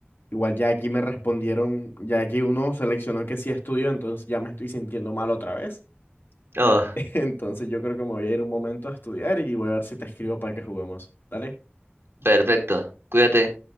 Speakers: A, on the left (about 60°); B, on the right (about 75°).
A: igual ya aquí me respondieron, ya aquí uno seleccionó que sí estudio, entonces ya me estoy sintiendo mal otra vez.
B: Oh,
A: <laughs> Entonces yo creo que me voy a ir un momento a estudiar y voy a ver si te escribo para que juguemos. Dale.
B: perfecto. Cuídate.